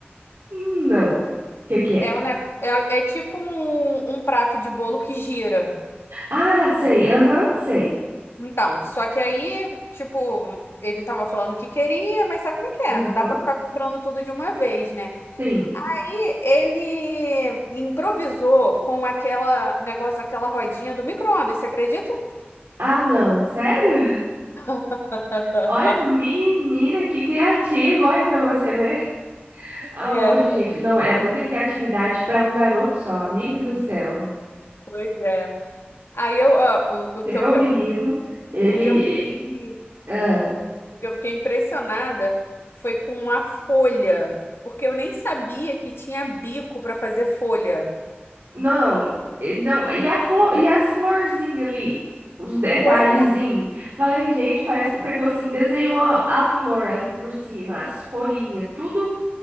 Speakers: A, on the right; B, on the left.
A: Hum, Não. O que que é?
B: É, um ne- é, é tipo um um prato de bolo que gira.
A: Ah, sei. Aham, sei.
B: Então, só que aí, tipo, ele tava falando que queria, mas sabe como é que é?
A: Aham.
B: Não dá pra ficar comprando tudo de uma vez, né?
A: Sim.
B: Aí ele improvisou com aquela negócio, aquela rodinha do micro-ondas, você acredita?
A: Ah, não. Sério?
B: <laughs>
A: <laughs> Olha, menina, que criativa. Olha pra você ver. Aonde,
B: É,
A: gente? Não, é muita criatividade para um garoto só, amigo do céu.
B: pois é. Aí eu, ah, o, o
A: Seu
B: que eu,
A: menino, ele.
B: o que eu fiquei,
A: ah,
B: o que eu fiquei impressionada foi com a folha, porque eu nem sabia que tinha bico pra fazer folha.
A: não, e- não, e, a flor, e as florzinhas ali? Os detalhezinhos.
B: Pois
A: Falei, gente, parece que pegou assim, desenhou a, a flor ali por cima, as folhinhas, tudo,